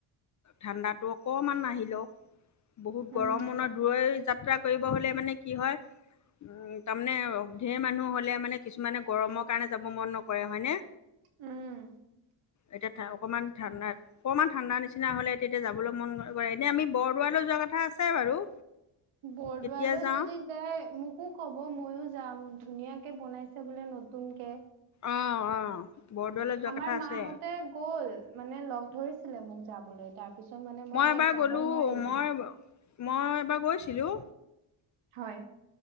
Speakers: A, on the left; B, on the right.
A: ঠাণ্ডাতো অকমান আহি লওঁক। বহুত
B: উম
A: গৰমো
B: উম
A: নহয়? দূৰ যাত্ৰা কৰিব হ'লে মানে কি হয়, উ মানে ঢেৰ মানুহ হ'লে মানে কিছুমানে গৰমৰ কাৰণে যাব মন নকৰে হয়নে?
B: উম।
A: এতিয়া অকমান ঠাণ্ডা অকণমান ঠাণ্ডা নিচিনা হ'লে তেতিয়া যাবলৈ মন কৰে। এনে আমি বৰদোৱা লৈ যোৱা কথা আছে বাৰু।
B: বৰদোৱালৈ
A: কেতিয়া যাওঁ
B: যদি যাই মোকো ক'ব, ম ইও যাম। ধুনীয়াকে বনাইছে বোলে নতুনকে
A: অঁ অঁ বৰদোৱালৈ যোৱা
B: আমাৰ
A: কথা
B: মাহতে
A: আছে
B: গ'ল, মানে লগ ধৰিছে ছিলে মোক যাবলৈ, তাৰ পিছত মানে মই
A: এবাৰ
B: যাব
A: গ'লোঁ
B: নোৱাৰিলো।
A: মই মই এবাৰ গৈছিলোঁ,
B: হয়